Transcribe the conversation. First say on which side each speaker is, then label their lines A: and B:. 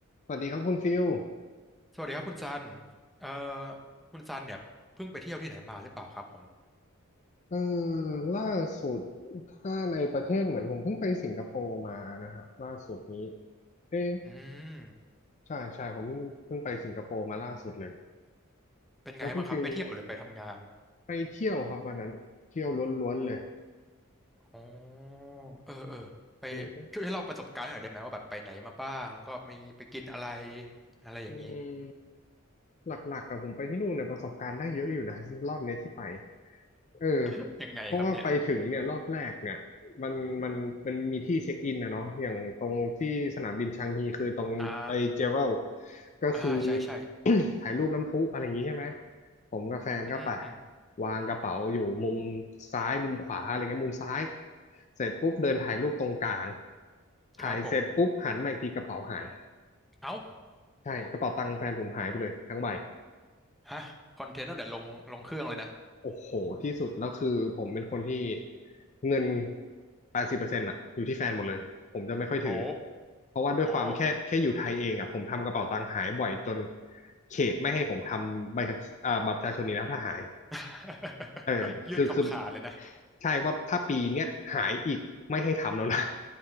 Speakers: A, on the left; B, in the centre.
A: สวัสดีครับคุณฟิล
B: สวัสดีครับคุณซันเอ่อคุณซันเนี่ยเพิ่งไปเที่ยวที่ไหนมาหรือเปล่าครับผม
A: เออล่าสุดถ้าในประเทศเหมือนผมเพิ่งไปสิงคโปร์มานะฮะล่าสุดนี้เอ๊ะ
B: อืม
A: ใช่ใช่ผมเพิ่งเพิ่งไปสิงคโปร์มาล่าสุดเลย
B: เป็นไงบ้างครับไปเที่ยวหรือไปทำงาน
A: แล้วคุณฟิลไปเที่ยวครับวันนั้นเที่ยวล้วนๆเลย
B: อ๋อเออเออไปช่วยให้เราประสบการณ์หน่อยได้ไหมว่าแบบไปไหนมาบ้างแล้วก็มีไปกินอะไร
A: มันก็
B: อะไรอย่างนี้
A: อืมหลักๆกับผมไปที่นู่นเนี่ยประสบการณ์ได้เยอะอยู่นะรอบเนี้ยที่ไป เออ
B: <laughs> ยังไงครับเนี่ย
A: เพราะว่าไปถึงเนี่ยรอบแรกเนี่ยมันมันมันมีที่เช็คอินนะเนาะอย่างตรงที่สนามบินชางฮีคือตรงไอเจเวล
B: อ่า
A: ก็คือ
B: อ่าใช่ใช่
A: <coughs> ถ่ายรูปน้ำพุอะไรอย่างงี้ใช่ไหมผมกับแฟนก็ไป
B: อืมอืม
A: วางกระเป๋าอยู่มุมซ้ายมุมขวาอะไรเงี้ยมุมซ้ายเสร็จปุ๊บเดินถ่ายรูปตรงกลางถ่ายเสร็จปุ๊บหันมาอีกทีกระเป๋าหาย
B: ครับผมเอ้า
A: ใช่กระเป๋าตังค์แฟนผมหายไปเลยทั้งใบ
B: ฮะคอนเทนต์ตั้งแต่ลงลงเครื่องเลยนะ
A: โอ้โหที่สุดแล้วคือผมเป็นคนที่เงินแปดสิบเปอร์เซ็นต์อะอยู่ที่แฟนหมดเลยผมจะไม่ค่อยถือ
B: โอ้
A: เพราะว่าด้วยความแค่แค่อยู่ไทยเองอะผมทำกระเป๋าตังค์หายบ่อยจน
B: โห
A: เขตไม่ให้ผมทำใบขับอ่าบัตรประชาชนนี้แล้วถ้าหาย
B: <laughs>
A: เออคือคือ
B: ยื่นคำขาดเลยนะ
A: ใช่ว่าถ้าปีเนี้ยหายอีกไม่ให้ทำแล้วนะ